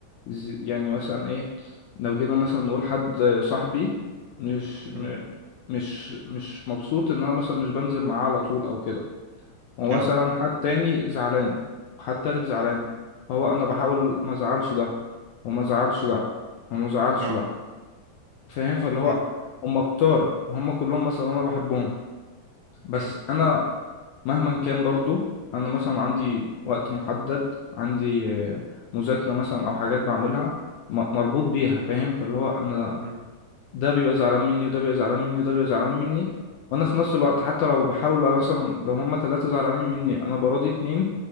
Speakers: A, on the left; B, on the right.
A: ز- يعني مثلا ايه لو جينا مثلا نقول حد صاحبي مش م-
B: مم.
A: مش مش مبسوط ان انا مثلا مش بنزل معاه على طول او كده ومثلا
B: اه
A: حد تاني زعلان وحد تالت زعلان فهو انا بحاول ما ازعلش ده وما ازعلش ده وما ازعلش
B: اه
A: ده فاهم فاللي هو
B: مم.
A: هم كتار هم كلهم مثلا انا بحبهم بس
B: مم.
A: انا مهما كان برضو انا مثلا عندي وقت محدد عندي آه، مذاكرة مثلا او حاجات بعملها م- مربوط بيها فاهم فاللي هو انا
B: مم.
A: ده بيبقى زعلان مني وده بيبقى زعلان مني وده بيبقى زعلان مني وانا في نفس الوقت حتى لو بحاول مثلا لو هما ثلاثة زعلانين مني انا براضي اتنين